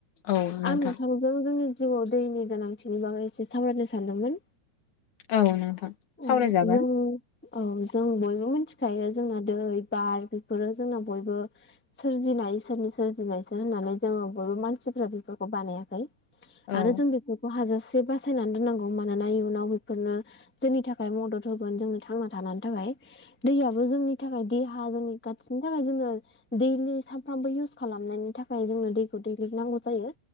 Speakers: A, on the left (about 75°); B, in the centre.
A: औ नोंथां
B: आं नोंथांजों जोंनि जिउआव दैनि गोनांथिनि बागै एसे सावरायनो सानदोंमोन।
A: औ नोंथां सावरायजागोन
B: उम जों औ जों बयबो मिनथिखायो जोंना दै बार बेफोरो जोंना बयबो सोरजिनाय इसोरनि सोरजिनायसो होननानै जोङो बयबो मानसिफ्रा बेफोरखौ बानायाखै।
A: औ
B: आरो जों बेफोरखौ हाजासे बासायनानै दोननांगौ मानोना इयुनाव बेफोरनो सोरनि थाखाय मदद होगोन जोंनो थांना थाना थाखाय दैयाबो जोंनि थाखाय देहा जोंनि गासिनि थाखाय जोंनो दैलि सानफ्रामबो इउस खालामनायनि थाखाय जोंनो दैखौ दैलिक नांगौ जायो।